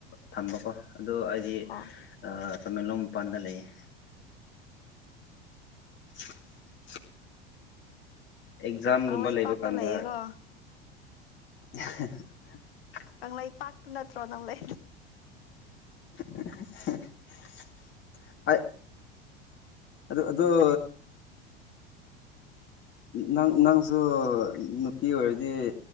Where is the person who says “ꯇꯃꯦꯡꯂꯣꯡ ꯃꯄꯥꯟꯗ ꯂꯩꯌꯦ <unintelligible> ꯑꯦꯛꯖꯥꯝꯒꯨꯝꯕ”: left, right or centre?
Left